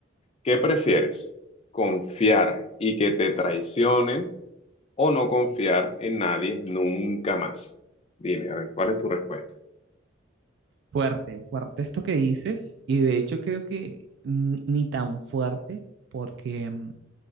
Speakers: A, on the left; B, on the right.
A: ¿qué prefieres? ¿Confiar y que te traicionen o no confiar en nadie nunca más? Dime, a ver, ¿cuál es tu respuesta?
B: Fuerte, fuerte esto que dices, y de hecho creo que ni, ni tan fuerte, porque mm,